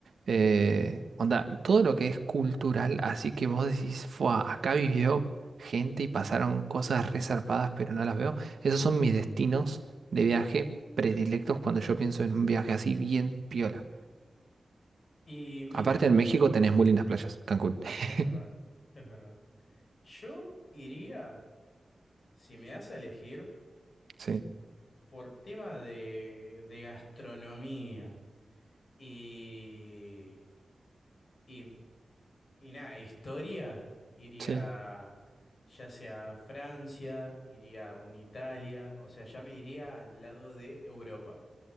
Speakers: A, on the right (about 65°); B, on the left (about 55°).
A: eh, onda, todo lo que es cultural, así que vos decís, Fua, acá vivió gente y pasaron cosas resarpadas, pero no las veo. Esos son mis destinos de viaje predilectos cuando yo pienso en un viaje así bien piola.
B: Y mira,
A: Aparte en México tenés muy lindas playas, Cancún. <laughs>
B: es verdad, es verdad. Yo iría, si me das a elegir.
A: Sí,
B: por tema de, de gastronomía y, y, y nada, historia, iría
A: sí.
B: ya sea a Francia, iría a un Italia, o sea, ya me iría al lado de Europa.